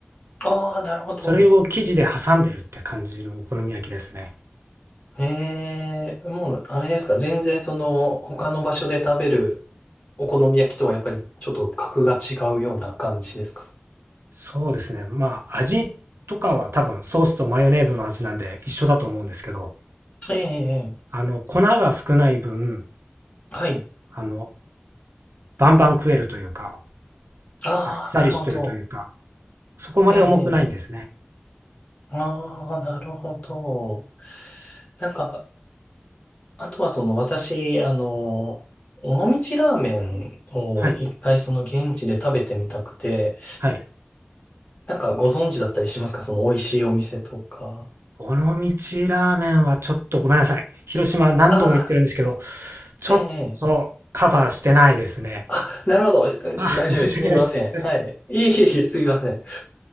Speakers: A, on the left; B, on the right.
A: ーあなるほど。
B: それを生地で挟んでるって感じのお好み焼きですね。
A: ええもう、あれですか、全然その、他の場所で食べるお好み焼きとはやっぱりちょっと格が違うような感じですか
B: そうですね。まあ、味とかは多分ソースとマヨネーズの味なんで一緒だと思うんですけど、
A: ええ、ええ
B: あの、粉が少ない分、
A: はい。
B: あの、バンバン食えるというか、
A: ああ、
B: あっさりしてるというか、
A: なるほど。
B: そこまで重くないんですね。
A: ええ、ええ、ええああ、なるほど。なんか、あとはその私、あの、尾道ラーメンを一回その現地で食べてみたくて、
B: はい。はい。
A: なんかご存知だったりしますかその美味しいお店とか。
B: 尾道ラーメンはちょっとごめんなさい。広島何度も行ってるんですけど、
A: ああ、
B: ちょっとカバーしてないですね。
A: ええ、ええあ、なるほど。
B: あ、
A: 大丈夫です。
B: 申し訳ないです。
A: すみません。はい。いえいえいえ、すみません。